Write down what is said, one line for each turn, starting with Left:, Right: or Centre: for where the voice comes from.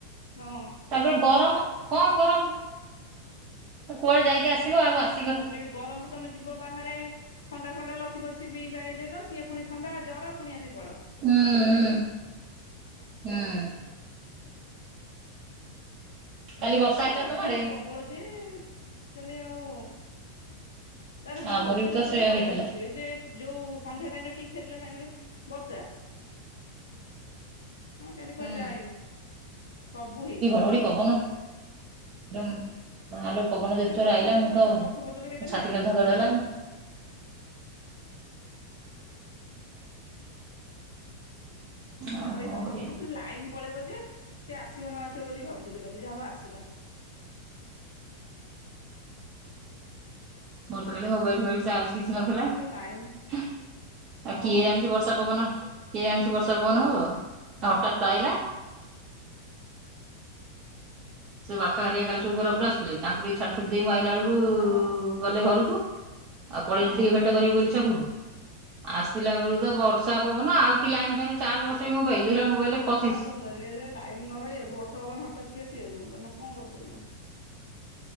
Left: ହଁ।
Right: ତାପରେ ଗରମ, କମ ଗରମ୍। କୁଆଡେ ଯାଇକି ଆସିବ ଆଉ ଆସ
Left: ଆଉ ତାପରେ ବି ଗରମ କୁ ତମେ ଯିବ ବାହାରେ ଥଣ୍ଡା ଫଣ୍ଡା ଲସି ଫସିି ପିଇ ପାଇଦେଲ ସିଏ ପୁଣି ଥଣ୍ଡା ଜ୍ୱର ପୁଣି ଆସି ପଡ଼।
Right: ଉଁ ହୁଁ ହୁଁ। କାଲି
Left: ବର୍ଷା
Right: ହେଇଥିଲା
Left: ପବନ
Right: ତମ ଆଡେ?
Left: ପ୍ରବଳ ଯେ, କାଲି ଆଉ ତାପରେ ବହୁତ
Right: ଆମର ତ
Left: ଲୋକ
Right: ସେଇଆ
Left: ବି ହଇରାଣ
Right: ହେଇଥିଲା।
Left: ହେଇଥିବେ। ସେ ଯୋଉ ସନ୍ଧ୍ୟା ଟାଇମ ରେ ଠିକ୍ ଫେରିଲା ଟାଇମ ରେ ବର୍ଷା। କାଲି କୁଆଡେ
Right: ହୁଁ
Left: ଯାଇନୁ। ସବୁ ହେଇଚି।
Right: <unintelligible> ପବନ ମାଆ ଲୋ, ପବନ ଯେତେ
Left: ଏ
Right: ଜୋରେ
Left: ଗଛ
Right: ଆଇଲା,
Left: ପଛ
Right: ମୁଁ ତ ମୋ
Left: ଗଛ ଫଛ ବି କେତେ ଭାଙ୍ଗିଯିବ
Right: ଛାତି ଖାଲି ଧଡ଼ଧଡ଼ ହେଲା। ଆଉ
Left: ତାପରେ
Right: କଣ
Left: ଏଇ ପବନକୁ
Right: କରିବା
Left: ପୁଣି ଲାଇନ୍ ପଳେଇବ ଯେ ସେ ଆସିବ ନ ଆସିବ ବୋଲି ଭାବୁଥିଲି କାଲି ଯାହା ହଉ ଆସିଲା।
Right: ମୋର କାଲି ମୋବାଇଲ ଫୋବାଇଲ ଚାର୍ଜ କିଛି ନଥିଲା।
Left: ଆଉ ସେ ଲାଇନ
Right: ଆଉ
Left: ହଁ
Right: କିଏ ଜାଣିଚି ବର୍ଷା ପବନ କିଏ ଜାଣିଚି ବର୍ଷା ପବନ ହବ। ଆ
Left: ହଁ
Right: ହଠାତ୍ ତ ଆଇଲା। ସେ ବାପା ହାରିକା କାଲି ସବୁ କୋରାପୁଟ ଆସିଥିଲେ। ତାଙ୍କୁ ସବୁ ଛାଡ଼ିଛୁଡ଼ି ଦେଇ ମୁଁ ଆଇଲା ବେଳକୁ
Left: ହଁ
Right: ଗଲେ ଘରକୁ। ଆଉ ପଳେଇଲି
Left: ହଁ
Right: ଟିକେ ଭେଟ କରିବି ବୋଲି ଛକ କୁ। ଆସିଲା ବେଳକୁ ତ ବର୍ଷା ପବନ ଆଉ କି ଲାଇନ୍ ଫାଇନ୍ ଚାର୍ଜ ବସେଇବି ମୋବାଇଲ୍। ଦେଖିଲା ବେଳକୁ ମୋବାଇଲ ରେ ପଚିସି।
Left: ଆଉ କଣ ସେ ଯେ ଲାଇନ ନ ରହିବାକୁ ବର୍ଷା ପବନ ହଠାତ୍ କି ଆସିବାକୁ ତମେ କଣ କରିପାରିବ।